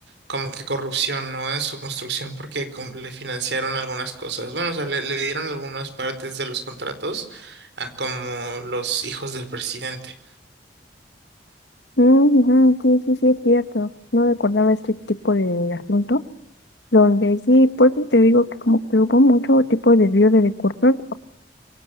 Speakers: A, on the right (about 70°); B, on the left (about 70°).
A: como que corrupción, ¿no? En su construcción, porque com- le financiaron algunas cosas. Bueno, o sea, le, le dieron algunas partes de los contratos a como los hijos del presidente.
B: Mm, ujú, sí, sí, sí, es cierto. No recordaba este tipo de asunto, donde sí, por eso te digo que como que hubo mucho tipo de desvío de recursos,